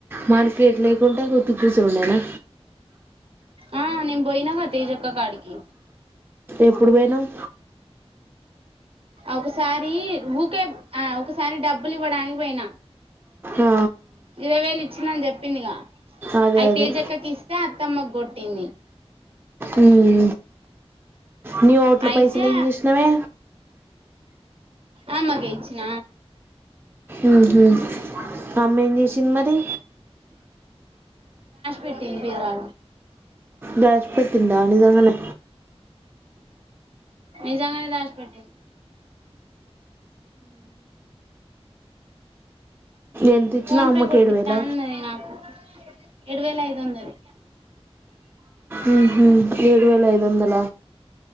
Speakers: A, on the right (about 20°); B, on the right (about 60°).
A: మార్కేట్ లేకుంటే వట్టిగా కూసునూడేనా
B: ఆ నేను పోయినాగా తేజక్క కాడికి
A: ఎప్పుడు పోయినవ్
B: ఒకసారి ఊకే ఆ ఒకసారి డబ్బులు ఇవ్వడానికి పోయినా
A: ఆ,
B: ఇరవై వేలు ఇచ్చిందని చెప్పింది గా
A: అదే
B: అయి
A: అదే
B: తేజక్కకి ఇస్తే అత్తమ్మకు కొట్టింది
A: ఉ ఉ నీ ఓట్ల
B: అయితే
A: పైసలు ఏం చేసినవే
B: అమ్మ కె ఇచ్చిన
A: ఉ హ్ అమ్మేం చేసింది మరి
B: పెట్టింది బీరువాలా
A: దాచి పెట్టిందా నిజంగానే
B: నిజంగానే దాష్ పేట్
A: ఎంత ఇచ్చినావు
B: ఫోన్
A: అమ్మకి
B: పే కొట్టిత్తా
A: ఏడు వేల
B: అన్నది నాకు ఏడు వేల ఐదు వందలు
A: ఉహ్ ఏడు వేల ఐదు వందల